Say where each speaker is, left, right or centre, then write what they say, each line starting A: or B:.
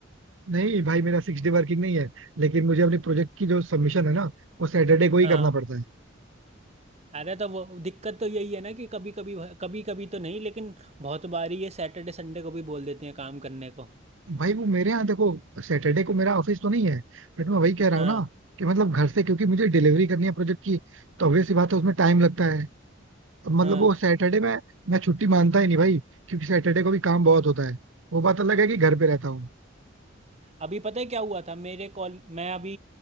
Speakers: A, on the right; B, on the right.
A: नहीं भाई मेरा सिक्स डे वर्किंग नहीं है लेकिन मुझे अपने प्रोजेक्ट की जो सबमिशन है ना वो सैटरडे को ही
B: हाँ
A: करना पड़ता है
B: अरे तो वो दिक्कत तो यही है ना कि कभी कभी कभी कभी तो नहीं लेकिन बहुत बार ही ये सैटरडे संडे को भी बोल देते हैं काम करने को
A: भाई वो मेरे यहाँ देखो सैटरडे को मेरा ऑफिस तो नहीं है बट मैं वही कह रहा
B: हाँ
A: हूँ ना कि मतलब घर से क्योंकि मुझे डिलीवरी करनी है प्रोजेक्ट की तो ऑब्वियस सी बात है उसमें टाइम लगता है अब मतलब
B: हाँ
A: वो सैटरडे में मैं छुट्टी मानता ही नहीं भाई क्योंकि सैटरडे को भी काम बहुत होता है वो बात अलग है कि घर पे रहता हूँ
B: अभी पता है क्या हुआ था मेरे कॉल मैं अभी